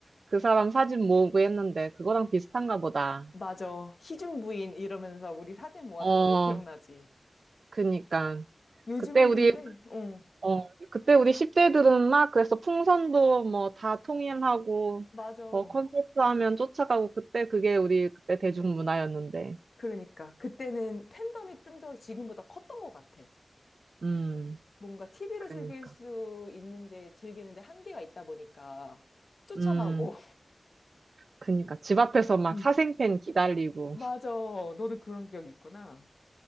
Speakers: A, on the right; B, on the left.
A: 그 사람 사진 모으고 했는데, 그거랑 비슷한가 보다.
B: 맞아. 희준 부인 이러면서 우리 사진 모았던
A: 어,
B: 거 기억나지?
A: 그니까.
B: 요즘은
A: 그때 우리
B: 근데, 응
A: 어, 그때 우리 10대들은 막 그래서 풍선도 뭐 다 통일하고
B: 맞아.
A: 뭐 콘서트 하면 쫓아가고 그때 그게 우리 그때 대중문화였는데.
B: 그러니까. 그때는 팬덤이 좀 더 지금보다 컸던 것 같아.
A: 음,
B: 뭔가 TV로
A: 그러니까.
B: 즐길 수 있는데, 즐기는데 한계가 있다 보니까 쫓아가고.
A: 음, 그러니까 집 앞에서 막
B: <laughs> 응.
A: 사생팬 기다리고
B: 맞아. 너도 그런 기억이 있구나.